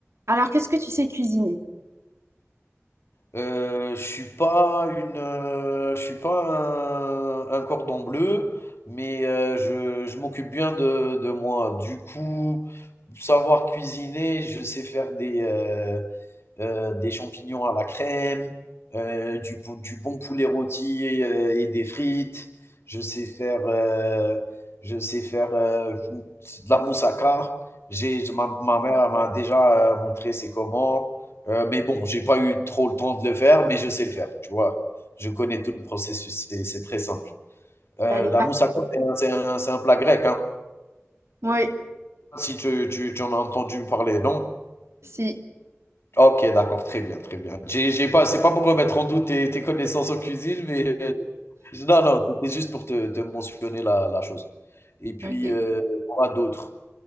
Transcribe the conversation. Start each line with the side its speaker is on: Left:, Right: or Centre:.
Right: Alors, qu'est-ce que tu sais cuisiner?
Left: Heu, je suis pas une, heu, je suis pas un un cordon bleu, mais heu, je je m'occupe bien de de moi. Du coup, savoir cuisiner, je sais faire des, heu heu, des champignons à la crème, heu, du pou du bon poulet rôti et heu et des frites. Je sais faire, heu, je sais faire, heu, de la moussaka. J'ai ma ma mère elle m'a déjà, heu, montré c'est comment. Euh, mais bon, j'ai pas eu trop le temps de le faire, mais je sais le faire, tu vois. Je connais tout le processus, c'est c'est très simple. Euh,
Right: T'as as des bases?
Left: la moussaka, c'est un, c'est un- c'est un plat grec, hein.
Right: Oui,
Left: Si tu, tu, tu en as entendu parler, non?
Right: si.
Left: Ok, d'accord, très bien, très bien. J'ai, j'ai pas, c'est pas pour remettre en doute tes, tes connaissances en cuisine, mais euh, non, non, c'était juste pour te, te mentionner la, la chose. Et puis,
Right: Ok.
Left: euh, quoi d'autre?